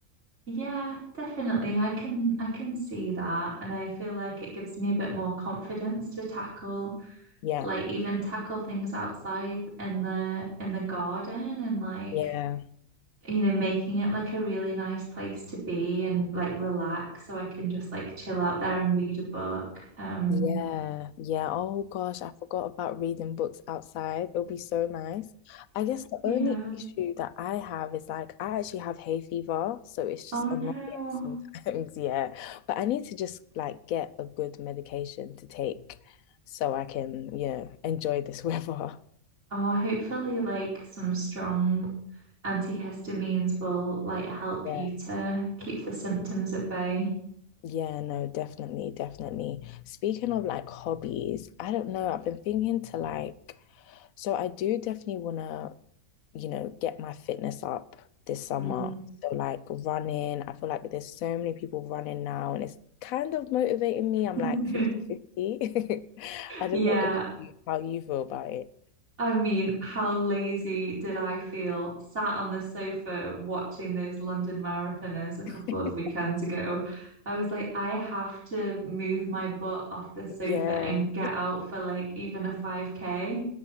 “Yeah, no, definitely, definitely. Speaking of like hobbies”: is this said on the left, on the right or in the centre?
Left